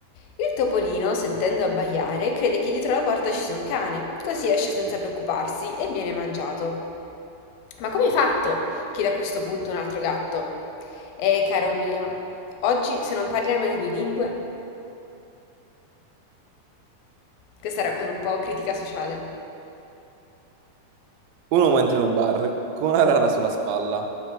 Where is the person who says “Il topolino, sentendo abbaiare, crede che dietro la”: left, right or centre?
Left